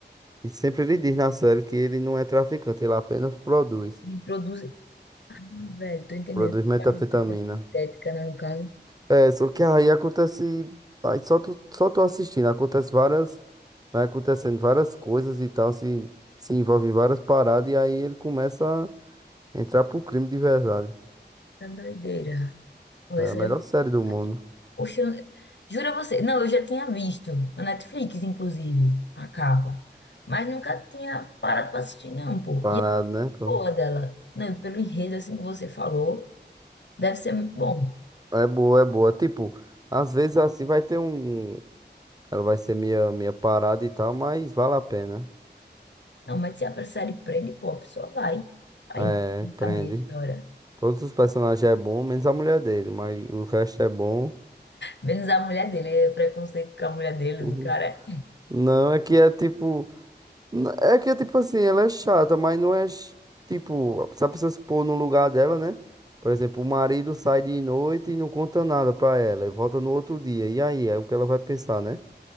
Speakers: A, on the right; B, on the left.
A: E sempre ele diz na série que ele não é traficante, ele apenas produz.
B: Ele produz... Ah, velho, tô entendendo.
A: Produz metanfetamina.
B: Faz droga sintética, né, no caso.
A: É, só que aí acontece. Aí só tu, só tu assistindo, acontece várias. Vai acontecendo várias coisas e tal, se, se envolve em várias paradas, e aí ele começa a entrar pro crime de verdade.
B: Tá doideira. Olha,
A: É
B: essa
A: a melhor
B: eu
A: série do mundo.
B: Oxe, eu- jura você? Não, eu já tinha visto na Netflix, inclusive, a capa. Mas nunca tinha parado pra assistir, não, pô.
A: Parado,
B: E é
A: né? pô?
B: boa dela. Não, e pelo enredo, assim que você falou, deve ser muito bom.
A: É é boa, é boa. Tipo, às vezes assim vai ter um. um, Ela vai ser meia, meia parada e tal, mas vale a pena.
B: Não, mas se a série prende, pô, a pessoa vai. Vai
A: É, prende.
B: saber a história.
A: Todos os personagens é bom, menos a mulher dele, mas o resto é bom.
B: Menos a mulher dele, é preconceito com a mulher dele,
A: Uhum.
B: do cara.
A: Não, é que é tipo. n- É que é tipo assim, ela é chata, mas não é ch- tipo. Se a pessoa se pôr no lugar dela, né? Por exemplo, o marido sai de noite e não conta nada pra ela, e volta no outro dia. E aí? É o que ela vai pensar, né?